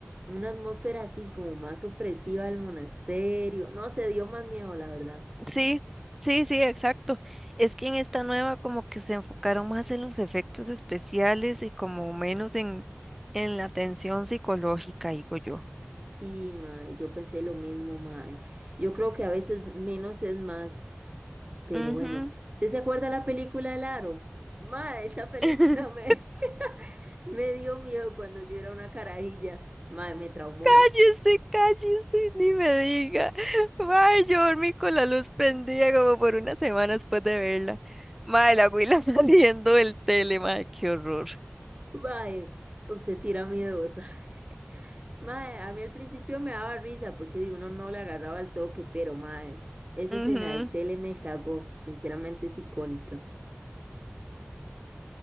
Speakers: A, on the right (about 30°); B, in the centre.
A: Una atmósfera así como más opresiva del monasterio. No sé, dio más miedo, la verdad.
B: Sí, sí, sí, exacto. Es que en esta nueva como que se enfocaron más en los efectos especiales y como menos en, en la tensión psicológica, digo yo.
A: Sí, mae, yo pensé lo mismo, mae. Yo creo que a veces menos es más, pero
B: Ujú.
A: bueno. ¿Usted se acuerda la película El Aro? Mae, esa película
B: <laughs>
A: me, <laughs> me dio miedo cuando yo era una carajilla. Mae, me traumó.
B: Cállese, cállese, ni me diga. Mae, yo dormí con la luz prendida como por una semana después de verla. Mae, la huila <laughs> saliendo del tele, mae, qué horror.
A: Mae, usted sí era miedosa. <laughs> Mae, a mí al principio me daba risa porque digo, uno no le agarraba el toque, pero mae, esa
B: Ujú.
A: escena del tele me cagó. Sinceramente es icónica.